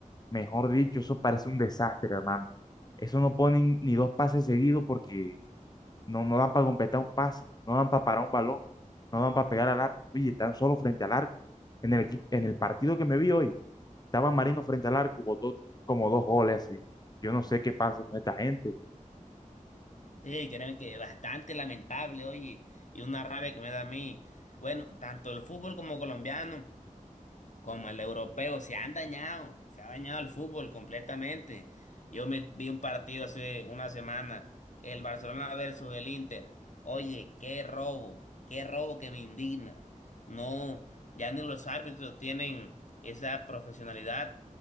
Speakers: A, on the left; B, on the left.
A: mejor dicho, eso parece un desastre, hermano. Eso no ponen ni dos pases seguidos porque no, no dan para completar un pase, no dan para parar un balón, no dan para pegar al arco. Oye, están solo frente al arco. En el equipo, en el partido que me vi hoy, estaba Marino frente al arco, botó como dos goles así. Yo no sé qué pasa con esta gente.
B: Sí, créeme que bastante lamentable, oye, y una rabia que me da a mí. Bueno, tanto el fútbol como colombiano, como el europeo, se han dañado, se ha dañado el fútbol completamente. Yo me vi un partido hace una semana, el Barcelona versus el Inter. Oye, qué robo, qué robo que me indigna. No, ya ni los árbitros tienen esa profesionalidad